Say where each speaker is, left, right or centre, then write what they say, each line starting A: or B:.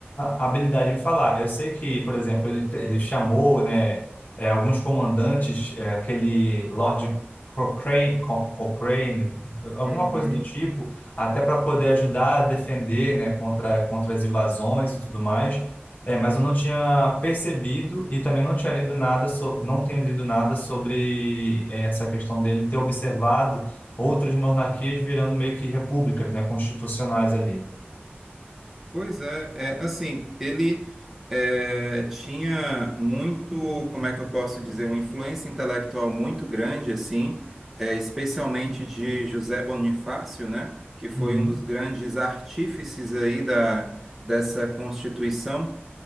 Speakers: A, on the left; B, in the centre.
A: habilidade em falar. Eu sei que, por exemplo, ele, ele chamou, né, é, alguns comandantes, é, aquele Lord Cochrane, Co- Cochrane, alguma
B: Uhum.
A: coisa do tipo, até para poder ajudar a defender, né, contra, contra as invasões e tudo mais. É, mas eu não tinha percebido e também não tinha lido nada sobre, não tenho lido nada sobre eh, essa questão dele ter observado outras monarquias virando meio que repúblicas, né, constitucionais ali.
B: Pois é, é assim, ele é, tinha muito, como é que eu posso dizer, uma influência intelectual muito grande, assim, é, especialmente de José Bonifácio, né, que foi
A: Uhum,
B: um dos grandes artífices aí da, dessa Constituição